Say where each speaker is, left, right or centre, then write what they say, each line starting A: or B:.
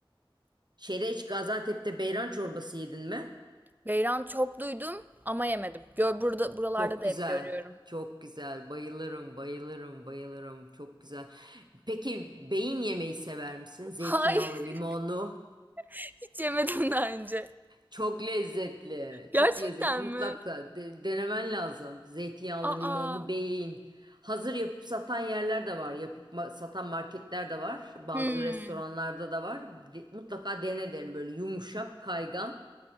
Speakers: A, on the right; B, on the right.
A: Şeyde hiç Gaziantep'te beyran çorbası yedin mi?
B: Beyran çok duydum ama yemedim. Gör burada buralarda
A: Çok
B: da
A: güzel.
B: hep görüyorum.
A: Çok güzel. Bayılırım, bayılırım, bayılırım. Çok güzel. Peki beyin yemeği sever misin? Zeytinyağlı,
B: Hayır,
A: limonlu.
B: <laughs> hiç yemedim daha önce.
A: Çok lezzetli.
B: Gerçekten
A: Çok lezzetli. Mutlaka
B: mi?
A: de- denemen lazım. Zeytinyağlı,
B: Aa.
A: limonlu beyin. Hazır yapıp satan yerler de var. Yapıp ma- satan marketler de var. Bazı
B: Hmm.
A: restoranlarda da var. De- mutlaka dene derim böyle yumuşak, kaygan,